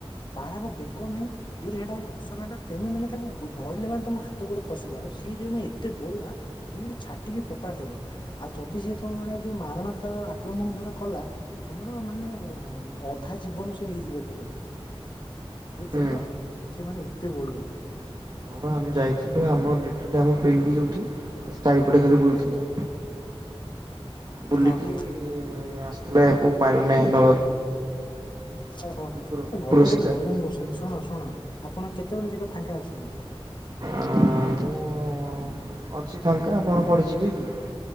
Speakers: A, on the left (about 50°); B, on the right (about 45°).
A: ବାରହାର ବେକ ନାହିଁ ଦୁଇରେ ସେଇଟା ଭାରି ଅସନଟା, ତେମେ ମାନେ ତାକୁ ଧଇଲେ ମାନେ ତମ ହାତ ଗୋଡ ଖସିବ। ଆଉ ସିଏ ଯୋଉ ମେ ଏତେ ବଳୁଆ ତମକୁ ଛାଟିକି ଫୋପାଡିଦବ, ଆଉ ଯଦି ସିଏ ତମ ମାନେ ଯୋଉ ମାରଣା ତର ଆକ୍ରମଣ ଧର କଲା, ତମର ମାନେ ଅଁ ଅଧା ଜୀବନ ସେ ନେଇଯିବ ଏକାଥରେ। ବୁଝୁଚ
B: ହୁଁ
A: ତ? ସେମାନେ ଏତେ ବଳୁଆ।
B: ଆଉ ଆମେ ଯାଇଥିଲୁ ଆମ ଲିଟରାଲି ଆମ ପିଣ୍ଡି ଯୋଉଠି, ତା ଚାରିପଟେ ଖାଲି ବୁଲୁଥିଲା। ବୁଲିକି
A: ଓହୋ।
B: ଆସିଥିଲା ୟାକୁ ମାରୁ ନବାକୁ
A: ଓହୋ।
B: କୁକୁର କୁକୁର
A: ଏ ଘରେ ଭାରି
B: ଶିକାର
A: ହଇରାଣ କରୁଛନ୍ତି, ଶୁଣ, ଶୁଣ, ଆପଣ କେତେବେଳେ ଯାକେ ଫାଙ୍କା ଅଛନ୍ତି?
B: ଆଁ-ଆଁ ମୁଁ ଅଛି ଫାଙ୍କା ଆପଣ କୁଆଡେ ଯିବେ କି?